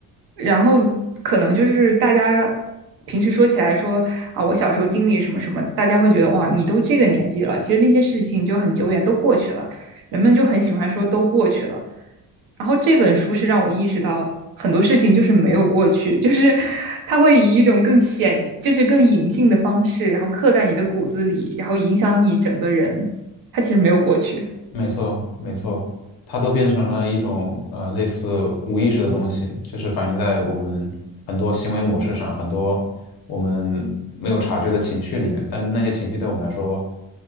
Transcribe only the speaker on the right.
然后可能就是大家平时说起来说啊，我小时候经历什么什么，大家会觉得哇，你都这个年纪了，其实那些事情就很久远，都过去了。人们就很喜欢说都过去了，然后这本书是让我意识到很多事情就是没有过去，<laughs> 就是它会以一种更显，就是更隐性的方式，然后刻在你的骨子里，然后影响你整个人。它其实没有过去。